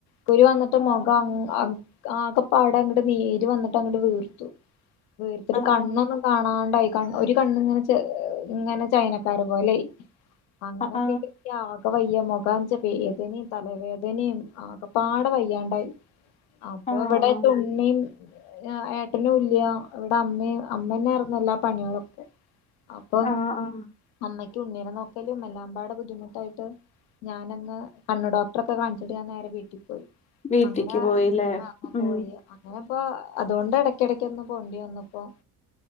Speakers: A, on the left; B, on the left.
A: കുരു വന്നിട്ട്
B: ആഹ്
A: മുഖം ആ ആകെപ്പാടെ അങ്ങട് നീര് വന്നിട്ട് അങ്ങട് വീർത്തു വീർത്തിട്ട്
B: ആഹ്
A: കണ്ണൊന്നും
B: ആഹ്
A: കാണാണ്ടായി കണ്ണ് ഒരു കണ്ണ് ഇങ്ങനെ ഇങ്ങനെ ചൈനക്കാരെ പോലെ ആയി അങ്ങനൊക്കായിട്ട്
B: ആഹ്
A: ഇക്ക് ആകെ ഒക്കെ വയ്യ മുഖാണ്ച്ചാ വേദനയും തലവേദനയും ആകെ പാടെ വയ്യാണ്ടായി അപ്പൊ
B: ആഹ്
A: ഇവിടെക്കെ
B: ആഹ്
A: ഉണ്ണിം ഏട്ടനും ഇല്ല്യ ഇവിടെ അമ്മേം അമ്മന്നെ ആയിരുന്നു എല്ലാ പണികളൊക്കെ അപ്പം
B: ആഹ് ആഹ്
A: അമ്മയ്ക്ക് ഉണ്ണിനെ നോക്കലും എല്ലാമ്പാടെ ബുദ്ധിമുട്ടായിട്ട് ഞാനന്ന് കണ്ണ് ഡോക്ടറെ ഒക്കെ കാണിച്ചിട്ട് ഞാൻ നേരെ വീട്ടി പോയി
B: വീട്ടിക്ക്
A: അങ്ങനെ
B: പോയിലേ?
A: ആഹ്
B: ഉം
A: പോയി അങ്ങനെപ്പോ അതുകൊണ്ട് എടക്കിടക്ക് ഒന്ന് പോവണ്ടി വന്ന് ഇപ്പോ